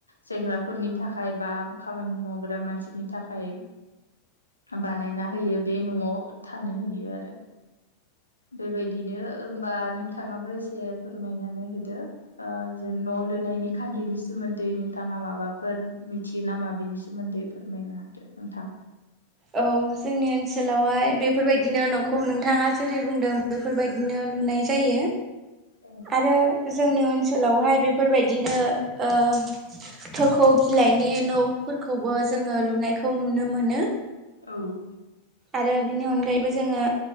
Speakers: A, on the left; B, on the right.
A: सेंग्राफोरनि थाखाय बा खामानि मावग्रा मानसिनि थाखाय बानायना होयो बे न'आव थानोहोयो आरो बेबायदिनो होमबा नों -थाङाबो एसे फोरमायनानै होदो। ओ जेन न' लुनायनि खान्दैनि सोमोन्दै नोंथाङा माबाफोर मिथ थियो नामा बेनि सोमोन्दै फोरमायनो हादो नोंथां।
B: औ जोंनि ओनसोलावहाय बेफोरबायदिनो न'खौ नोंथाङा जेरै बुंदों। बेफोरबायदिनो लुनाय जायो‌।
A: औ
B: रो जोंनि ओनसोलावहाय बेफोरबायदिनो ओ थोखौ बिलाइनि न'फोरखौबो जोङो लुनायखौ नुनो मोनो।
A: औ
B: आरो बिनि अनगायैबो जोङो।